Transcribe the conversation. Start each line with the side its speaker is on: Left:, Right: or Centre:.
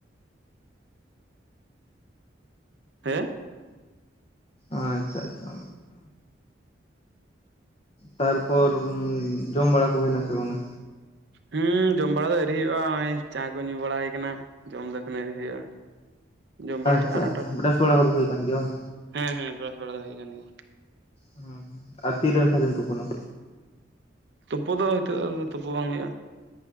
Right: ᱦᱮᱸ
Left: ᱟᱪᱪᱷᱟ ᱟᱪᱪᱷᱟ ᱛᱟᱨᱯᱚᱨ ᱡᱚᱢ ᱵᱟᱲᱟ ᱠᱚ ᱦᱩᱭ ᱱᱟᱥᱮ ᱵᱟᱝᱼᱟ
Right: ᱦᱩᱸ ᱡᱚᱢ ᱵᱟᱲᱟ ᱫᱚ ᱮᱨᱤ ᱦᱩᱭᱩᱜᱼᱟ ᱱᱚᱜ ᱚᱭ ᱪᱟ ᱠᱚ ᱧᱩ ᱵᱟᱲᱟ ᱦᱩᱭ ᱠᱟᱱᱟ ᱡᱚᱢ ᱫᱚ ᱮᱠᱷᱚᱱ ᱮᱭᱨᱤ ᱦᱩᱭᱩᱜᱼᱟ ᱡᱚᱢ ᱵᱟᱲᱟ
Left: ᱟᱪᱪᱷᱟ
Right: ᱦᱩᱭᱩᱜᱼᱟ ᱱᱚᱴᱟ
Left: ᱟᱪᱪᱷᱟ ᱵᱨᱟᱥ ᱵᱟᱲᱟ ᱠᱚᱫᱚ ᱦᱩᱭ ᱟᱠᱟᱱ ᱜᱮᱭᱟ ᱵᱟᱝ
Right: ᱦᱮᱸ ᱦᱮᱸ ᱵᱨᱟᱥ ᱵᱟᱲᱟ ᱫᱚ ᱦᱩᱭ ᱠᱟᱱ ᱜᱮᱭᱟ
Left: ᱦᱮᱸ ᱦᱮᱸ ᱟᱨ ᱛᱤᱨᱮᱢ ᱛᱟᱦᱞᱮᱢ ᱛᱩᱯᱳᱱᱟ
Right: ᱛᱩᱯᱩ ᱫᱚ ᱦᱤᱛᱚᱜ ᱟᱫᱚ ᱛᱩᱯᱩ ᱵᱟᱝ ᱦᱩᱭᱩᱜᱼᱟ